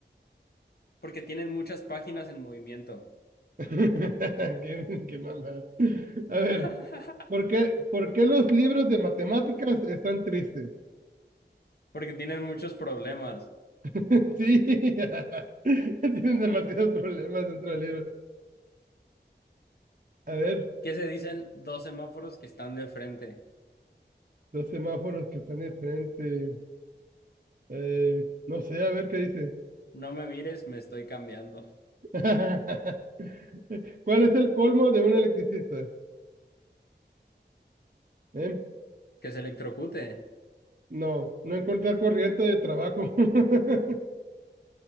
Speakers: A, on the left; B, on the right.
A: Porque tienen muchas páginas en movimiento.
B: <laughs> Qué, qué mamada. A ver,
A: <laughs>
B: ¿por qué, por qué los libros de matemáticas están tristes?
A: Porque tienen muchos problemas.
B: <laughs> Sí, <laughs> tienen demasiados problemas dentro del libro. A ver,
A: ¿Qué se dicen dos semáforos que están de frente?
B: los semáforos que están enfrente. eh, no sé, a ver qué dice.
A: No me mires, me estoy cambiando.
B: <laughs> ¿Cuál es el colmo de un electricista? ¿Eh?
A: Que se electrocute.
B: No, no encontrar corriente de trabajo. <laughs>